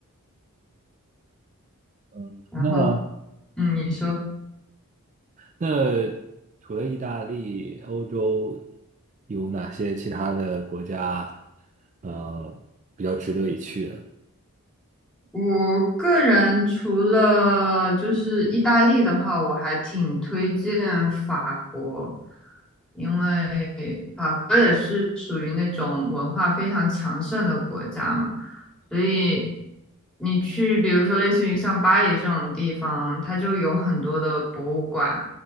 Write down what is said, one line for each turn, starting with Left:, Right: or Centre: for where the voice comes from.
Right: 嗯，
Centre: 然后，
Right: 那
Centre: 嗯，你说。
Right: 那除了意大利，欧洲有哪些其他的国家，呃，比较值得一去呢？
Centre: 我个人除了就是意大利的话，我还挺推荐法国，因为法国也是属于那种文化非常强盛的国家嘛。所以你去，比如说类似于像巴黎这种地方，它就有很多的博物馆，